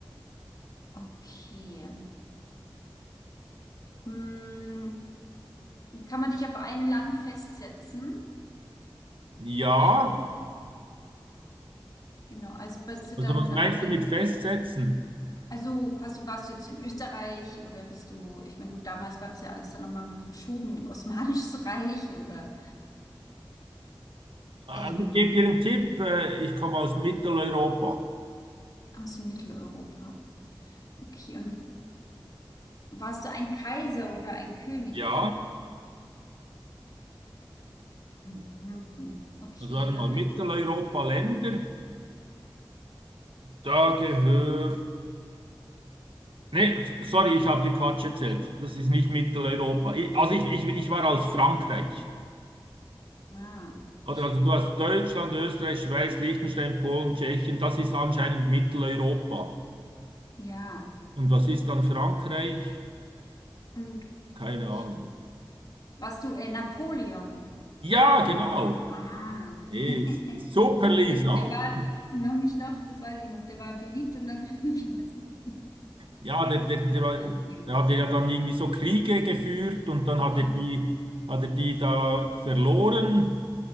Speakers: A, on the left; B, on the right.
A: okay. Mm, kann man dich auf ein Land festsetzen?
B: Ja,
A: Schon. Genau, also bist du
B: also
A: dann
B: was meinst
A: aber,
B: du mit
A: in,
B: festsetzen?
A: also quasi warst du jetzt in Österreich oder bist du, ich meine, gut, damals war das ja alles dann nochmal mal verschoben, <laughs> im Osmanisches Reich oder
B: Also
A: ähm,
B: ich gebe dir einen Tipp, äh, ich komme aus Mitteleuropa.
A: aus Mitteleuropa. Okay, und du- warst du ein Kaiser oder ein König?
B: Ja,
A: Mhm. Okay,
B: also warte
A: dann,
B: mal, Mitteleuropa-Länder, da gehört... Nee, sorry, ich habe dir Quatsch erzählt. Das ist nicht Mitteleuropa. Ich, also ich, ich, ich war aus Frankreich.
A: ah,
B: Oder
A: okay,
B: also du hast Deutschland, Österreich, Schweiz, Liechtenstein, Polen, Tschechien. Das ist anscheinend Mitteleuropa.
A: ja,
B: Und was ist dann Frankreich?
A: und,
B: Keine
A: okay.
B: Ahnung.
A: Warst du äh, Napoleon?
B: Ja, genau.
A: Ah.
B: Eh,
A: <laughs>
B: super, Lisa.
A: Sehr gut. Der war noch mich noch, das weiß ich noch, der war beliebt und dann <laughs> wieder so.
B: Ja, der, der, der,
A: Das war ein sehr guter
B: der hat
A: Tipp.
B: ja dann irgendwie so Kriege geführt und dann hat
A: Ja,
B: er die, hat er die da verloren.